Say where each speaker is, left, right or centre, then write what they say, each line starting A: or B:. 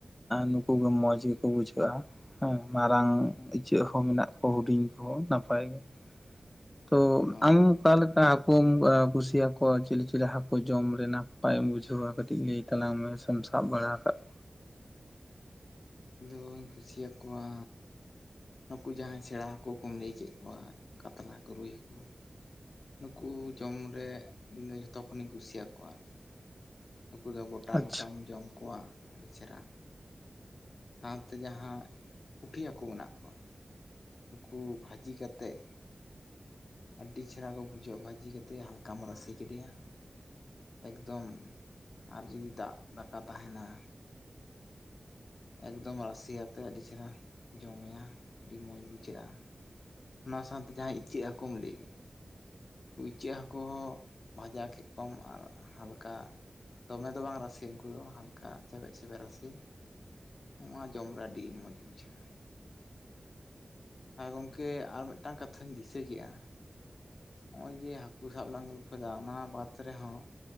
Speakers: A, on the left; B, on the left.
A: ᱱᱩᱠᱩ ᱜᱮ ᱢᱚᱸᱡᱽ ᱜᱮ ᱠᱚ ᱵᱩᱡᱷᱟᱹᱜᱼᱟ ᱦᱮᱸ ᱢᱟᱨᱟᱝ ᱤᱪᱟᱹᱜ ᱦᱚᱸ ᱢᱮᱱᱟᱜ ᱠᱚᱣᱟ ᱦᱩᱰᱤᱧ ᱠᱚ ᱦᱚᱸ ᱱᱟᱯᱟᱭ ᱜᱮ ᱛᱚ
B: ᱚ
A: ᱟᱢ ᱮᱢ ᱚᱠᱟ ᱞᱮᱠᱟ ᱦᱟᱹᱠᱩᱢ ᱠᱩᱥᱤᱭᱟᱠᱚᱣᱟ ᱪᱤᱞᱤ ᱪᱤᱞᱤ ᱦᱟᱹᱠᱩ ᱡᱚᱢ ᱨᱮ ᱱᱟᱯᱟᱭᱮᱢ ᱵᱩᱡᱷᱟᱹᱣᱟ ᱠᱟᱹᱴᱤᱡ ᱞᱟᱹᱭ ᱛᱟᱞᱟᱝ ᱢᱮ ᱥᱮᱢ ᱥᱟᱵ ᱵᱟᱲᱟ ᱠᱟᱹ ᱠᱚᱣᱟ?
B: ᱠᱚᱧ ᱠᱩᱥᱤᱭᱟᱠᱚᱣᱟᱻ ᱱᱩᱠᱩ ᱡᱟᱦᱟᱸᱭ ᱥᱮᱬᱟ ᱦᱟᱹᱠᱩ ᱠᱚᱢ ᱞᱟᱹᱭ ᱠᱮᱫ ᱠᱚᱣᱟ ᱠᱟᱛᱞᱟ ᱠᱚ ᱨᱩᱭ ᱦᱟᱹᱠᱩ ᱱᱩᱠᱩ ᱡᱚᱢ ᱨᱮ ᱤᱧ ᱫᱚ ᱡᱷᱚᱛᱚ ᱠᱷᱚᱱᱤᱧ ᱠᱩᱥᱤᱭᱟᱠᱚᱣᱟ ᱟᱨᱠᱤ ᱱᱩᱠᱩ ᱫᱚ ᱜᱚᱴᱟ
A: ᱠᱚᱣᱟ? ᱟᱪᱪᱷᱟ
B: ᱜᱚᱴᱟᱢ ᱡᱚᱢ ᱠᱚᱣᱟ ᱟᱹᱰᱤ ᱪᱮᱦᱨᱟ ᱥᱟᱶᱛᱮ ᱡᱟᱦᱟᱸ ᱯᱩᱴᱷᱤ ᱦᱟᱹᱠᱩ ᱢᱮᱱᱟᱜ ᱠᱚᱣᱟ ᱱᱩᱠᱩ ᱵᱷᱟᱹᱡᱤ ᱠᱟᱛᱮᱫ ᱟᱹᱰᱤ ᱪᱮᱦᱨᱟ ᱠᱚ ᱵᱩᱡᱷᱟᱹᱜᱼᱟ ᱵᱷᱟᱹᱡᱤ ᱠᱟᱛᱮᱫ ᱦᱟᱞᱠᱟᱢ ᱨᱟᱥᱮ ᱠᱮᱫᱮᱭᱟ ᱮᱠᱫᱚᱢ ᱟᱨ ᱡᱩᱫᱤ ᱫᱟᱜ ᱫᱟᱠᱟ ᱛᱟᱦᱮᱸᱱᱟ ᱮᱠᱫᱚᱢ ᱨᱟᱥᱮ ᱟᱛᱮ ᱟᱹᱰᱤ ᱪᱮᱦᱨᱟ ᱡᱚᱢᱮᱭᱟ ᱟᱹᱰᱤ ᱢᱚᱸᱡᱽ ᱵᱩᱡᱷᱟᱹᱜᱼᱟ ᱚᱱᱟ ᱥᱟᱶᱛᱮ ᱡᱟᱦᱟᱸ ᱤᱪᱟᱹᱜ ᱦᱟᱹᱠᱩᱢ ᱞᱟᱹᱭ ᱠᱩ ᱤᱪᱟᱹᱜ ᱦᱟᱹᱠᱩ ᱦᱚᱸ ᱵᱷᱟᱡᱟ ᱠᱮᱫ ᱠᱚᱣᱟᱢ ᱟᱨ ᱦᱟᱞᱠᱟ ᱫᱚᱢᱮ ᱫᱚ ᱵᱟᱝ ᱨᱟᱥᱮ ᱩᱱᱠᱩ ᱫᱚ ᱦᱟᱞᱠᱟ ᱪᱮᱵᱮᱡ ᱪᱷᱮᱵᱮᱡ ᱨᱟᱥᱮ ᱱᱚᱣᱟ ᱡᱚᱢ ᱨᱮ ᱟᱹᱰᱤ ᱢᱚᱸᱡᱽ ᱵᱩᱡᱷᱟᱹᱜᱼᱟ ᱟᱨ ᱜᱚᱢᱠᱮ ᱟᱨ ᱢᱤᱫᱴᱟᱝ ᱠᱟᱛᱷᱟᱧ ᱫᱤᱥᱟᱹ ᱠᱮᱜᱼᱟ ᱱᱚᱜ ᱚᱭ ᱡᱮ ᱦᱟᱹᱠᱩ ᱥᱟᱵ ᱞᱟᱝ ᱜᱚᱞᱯᱷᱚᱭᱫᱟ ᱚᱱᱟ ᱵᱟᱫᱽ ᱨᱮᱦᱚᱸ